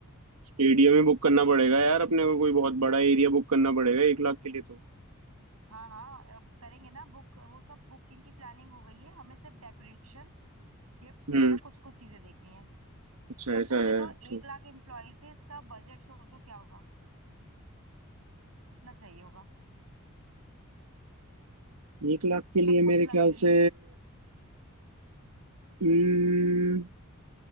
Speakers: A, on the right; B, on the right.
A: स्टेडियम ही बुक करना पड़ेगा यार अपने को कोई बहुत बड़ा एरिया बुक करना पड़ेगा एक लाख के लिए तो
B: हाँ हाँ अब करेंगे ना बुक वो सब बुकिंग की प्लानिंग हो गई है हमें सिर्फ डेकोरेशन गिफ्ट्स
A: हम्म
B: वगैरह कुछ कुछ चीजें देखनी है
A: अच्छा
B: सबसे
A: ऐसा
B: पहले
A: है
B: तो
A: ठीक
B: एक लाख एम्प्लॉयज है इसका बजट सोचो क्या होगा कितना चाहिए होगा
A: एक लाख के लिए
B: सब कुछ
A: मेरे
B: लग्जरी
A: ख्याल से हम्म,